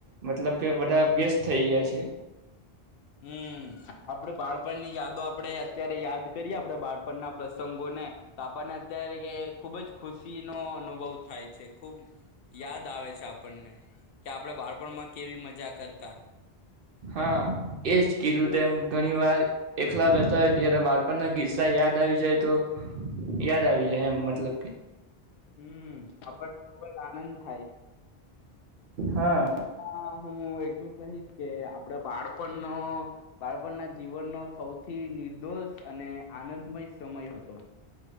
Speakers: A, on the right; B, on the left.
A: મતલબ કે બધા વ્યસ્ત થઈ ગયા છે
B: હમ આપડ બાળપણની યાદો આપણે અત્યારે યાદ કરીએ આપણે બાળપણના પ્રસંગોને તો આપણને અત્યારે ખુબ જ ખુશીનો અનુભવ થાય છે ખુબ યાદ આવે છે આપણને કે આપણે બાળપણમાં કેવી મજા કરતા
A: હા એજ કીધું
B: હમ
A: તેમ ઘણી વાર એકલા બેતા હોય ત્યારે બાળપણના ગીસ્સા યાદ આવી જાય તો યાદ આવી જાય એમ મતલબ કે
B: હમ્મ આપણને ખુબજ આનંદ થાય
A: હા,
B: અંતમાં હું એટલું કહીશ કે આપડે બાળપણનો બાળપણ ના જીવનનો સૌથી નિર્દોષ. અને આનંદમય સમય હતો.